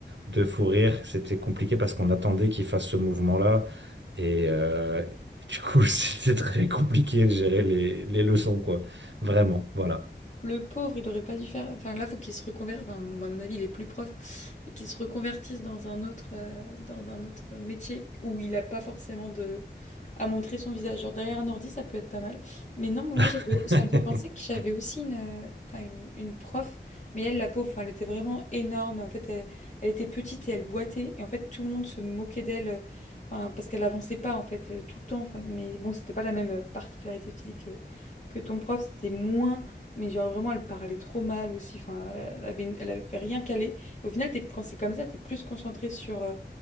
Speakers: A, on the right (about 80°); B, on the left (about 40°).
A: de fou rire. C'était compliqué parce qu'on attendait qu'il fasse ce mouvement-là. Et euh, du coup, <laughs> c'était très compliqué de gérer les, les leçons, quoi. Vraiment, voilà.
B: Le pauvre, il aurait pas dû faire. Enfin, là, faut qu'il se reconvertisse. Enfin, à mon avis, il est plus prof. et Qu'il se reconvertisse dans un autre, euh, dans un autre métier où il a pas forcément de à montrer son visage. Genre derrière un ordi, ça peut être pas mal. Mais non, moi,
A: <laughs>
B: j'avais, ça me fait penser que j'avais aussi une, euh, enfin une, une prof, mais elle, la pauvre, enfin, elle était vraiment énorme. En fait, elle, elle était petite et elle boitait. Et en fait, tout le monde se moquait d'elle, euh, enfin, parce qu'elle avançait pas, en fait, euh, tout le temps. Enfin, mais bon, c'était pas la même euh, particularité physique euh, que ton prof. C'était moins mais genre vraiment, elle parlait trop mal aussi. Enfin, elle avait, une- elle avait rien calé. Et au final, t'es- quand c'est comme ça, t'es plus concentré sur, euh,